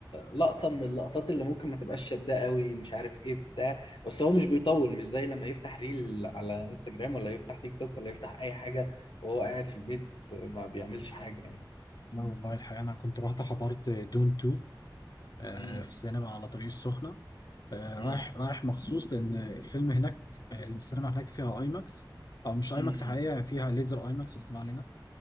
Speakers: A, on the left; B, on the left.
A: لقطة من اللقطات اللي ممكن ما تبقاش شداه قوي مش عارف ايه بتاع بس هو مش بيطول مش زي لما يفتح ريل على انستجرام ولا يفتح تيك توك ولا يفتح اي حاجة وهو قاعد في البيت ما بيعملش حاجة يعني
B: لا والله الحقيقة انا كنت رحت حضرت دون 2 آه
A: امم
B: في السينما على طريق السخنة آه
A: امم
B: رايح رايح مخصوص لان الفيلم هناك آه، السينما هناك فيها اي ماكس او مش اي
A: امم
B: ماكس حقيقة فيها ليزر اي ماكس بس ما علينا